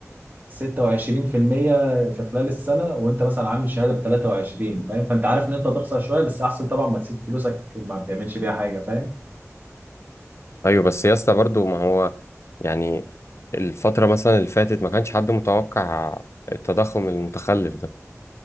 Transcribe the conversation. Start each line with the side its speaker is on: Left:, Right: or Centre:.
Right: 26% في المية في خلال السنة وانت مثلا عامل شهادة ب 23 فاهم فانت عارف ان انت هتخسر شوية بس احسن طبعا ما تسيب فلوسك ما بتعملش بيها حاجة فاهم
Left: أيوة بس يا اسطى برضه ما هو يعني الفترة مثلا اللي فاتت ما كانش حد متوقع التضخم المتخلف ده